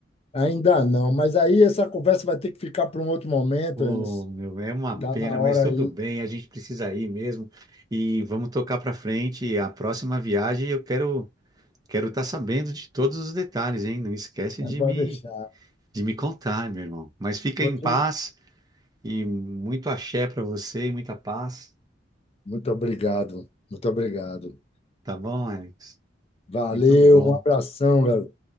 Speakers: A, on the left (about 35°); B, on the right (about 20°).
A: Ainda não, mas aí essa conversa vai ter que ficar para um outro momento,
B: Oh,
A: Emerson.
B: meu, é uma
A: Está
B: pena,
A: na hora
B: mas tudo
A: aí,
B: bem, a gente precisa ir mesmo e vamos tocar para frente. E A próxima viagem eu quero quero estar sabendo de todos os detalhes, hein? Não esquece
A: mas
B: de
A: pode
B: me
A: deixar.
B: de me contar, meu irmão. Mas fica em
A: Outro-
B: paz e muito axé para você e muita paz,
A: Muito obrigado, muito obrigado.
B: tá bom, Alex?
A: Valeu,
B: Muito bom.
A: um abração, garoto.